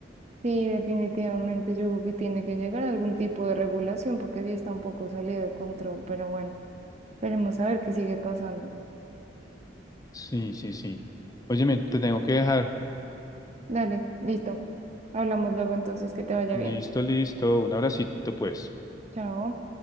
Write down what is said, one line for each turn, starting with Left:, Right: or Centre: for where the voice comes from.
Right: Sí, definitivamente yo creo que tiene que llegar algún tipo de regulación porque sí está un poco salido de control. Pero bueno, esperemos a ver qué sigue pasando.
Left: Sí, sí, sí. Óyeme, te tengo que dejar.
Right: Dale, listo. Hablamos luego entonces, que te vaya
Left: Listo,
Right: bien.
Left: listo. Un abracito, pues.
Right: Chao.